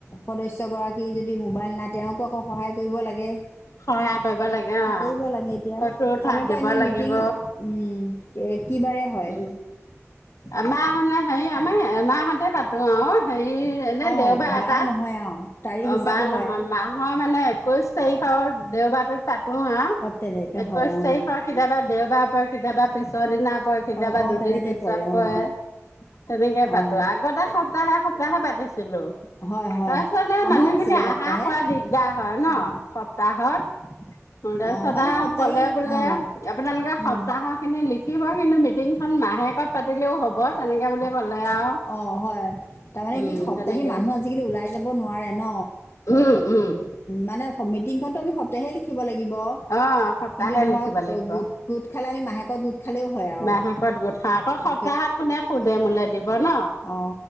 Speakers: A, on the left; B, on the left.
A: সদস্যগৰাকী যদি মোবাইল নাই তেওঁকো আকৌ সহায় কৰিব লাগে।
B: সহায় কৰিব লাগে অ'
A: কৰিব লাগে এতিয়া,
B: ফটো উঠাত
A: আপোনালোকৰ
B: দিব
A: এনে
B: লাগিব।
A: মিটিং উম, কে-কি বাৰে হয়?
B: উম আমাৰ মানে হেৰি আমাৰ এমাহতে পাতোঁ আৰু হেৰি এনে
A: অঁ
B: দেৱবা
A: বাৰ
B: এটাত
A: হয় আৱ তাৰিখ
B: অ
A: হিচাপে
B: বাৰ নহয় মাহৰ মানে একৈশ তাৰিখৰ দেওবাৰটোত পাতো আৱ
A: অঁ তেনেকৈ
B: একৈশ
A: হয় অঁ
B: তাৰিখৰ কেতিয়াবা দেওবা পৰে কেতিয়াবা পিছৰ দিনা পৰে কেতিয়াবা
A: অঁ অঁ
B: দুদিন
A: তেনেকৈ
B: পিছত
A: অঁ
B: পৰে তেনেকে
A: অঁ
B: পাতোঁ আগতে সপ্তাহে সপ্তাহে পাতিছিলোঁ
A: অঁ হয় হয়
B: তা
A: আমাৰো
B: মানুহখিনি
A: আছিলে সপ্তাহে
B: আহাৰখোৱা দিগদাৰ হয় ন
A: উম,
B: সপ্তাহত নদেচদাক
A: অঁ মানে সপ্তাহী
B: কলে বোলে
A: অঁ
B: আপোনালোকে সপ্তাহ'
A: উম,
B: খিনি লিখিব কিন্তু মিটিংখন মাহেকত পাতিলেওঁ হ'ব তেনেকে বুলি
A: অ
B: ক'লে আৰু
A: অ হয় তাৰমানে
B: উম
A: কি সপ্তাহী
B: তেনেকে
A: মানুহ আজিকালি ওলাই যাব নোৱাৰে ন
B: উম উম
A: মানে সমিটিংখনতো আমি স প্তাহতে লিখিব লাগিব
B: অ সপ্তাহে
A: কিন্তু ধৰক
B: লিখিব লাগিব
A: গোট গোট খালে আমি মাহেকত খালেও হয় আৰু
B: মাহেকত গোট খাওঁ আকৌ
A: অঁ,
B: সপ্তাহত কোনে সুধে মোলে দিব ন
A: অ